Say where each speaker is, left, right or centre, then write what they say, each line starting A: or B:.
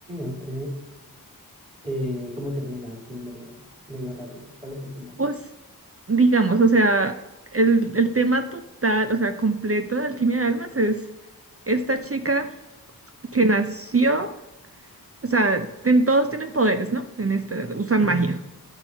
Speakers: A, on the right; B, on the right.
A: ok. Eh, ¿cómo termina? Así medio, medio rápido. ¿Cuál es el final?
B: Pues, digamos, o sea, el, el tema total, o sea, completo de Alquimia de Almas es esta chica que nació, o sea, ten- todos tienen poderes, ¿no? En este, usan
A: Ujú.
B: magia.